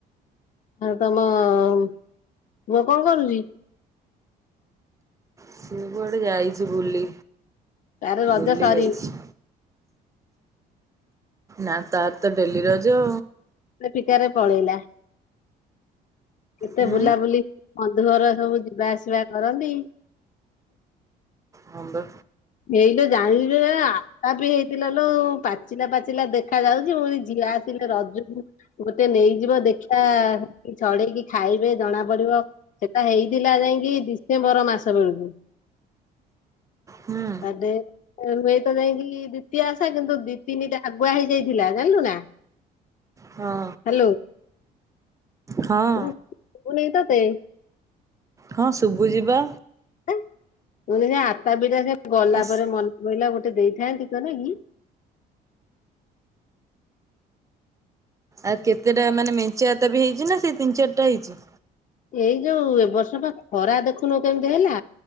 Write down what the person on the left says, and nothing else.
ଆଉ ତମ ପୁଅ କଣ କରୁଚି।
ତାର ରଜ
ସରିନି
ଏ ଫିକାରେ ପଳେଇଲା। କେତେ
ବୁଲାବୁଲି ବନ୍ଧୁ ଘର ସବୁ ଯିବା ଆସିବା କରନ୍ତି।
ହେଇଲୋ ଜାଣିିଲୁ ନାଆ ଆତାପି ହେଇଥିଲା ଲୋ ପାଚିଲା ପାଚିଲା ଦେଖା ଯାଉଛି ପୁଣି ଝିଅ ଆସ ଥିଲେ ରଜକୁ ଗୋଟେ ନେଇଯିବ ଦେଖିବା ଛଡେଇକି ଖାଇବେ ଜଣା ପଡିବ ସେଟା ହେଇଥିଲା ଯାଇକି ଡିସେମ୍ବର ମାସ ବେଳକୁ।
ଆଦେ ଆଉ ହୁଏତ ଯାଇକି ଦ୍ୱିତୀୟା ଓସା କିନ୍ତୁ ଦି ତିନିଟା ଆଗୁଆ ହେଇଯାଇଥିଲା। ଜାଣିଲୁ ନା।
ହ୍ୟାଲୋ,
କଣ ଶୁଭୁନେଇ ତତେ।
ଏଁ ମୁଁ କହିନି ସେ ଆତାପି ଟା ସେ ଗଲା
ପରେ ମନେ ପଇଲା, ଗୋଟେ ଦେଇଥାନ୍ତି ତୋ ନାଗି।
ଏଇ ଯୋଉ ଏ ବର୍ଷ ପା ଖରା ଦେଖୁନୁ କେମିତି ହେଲା,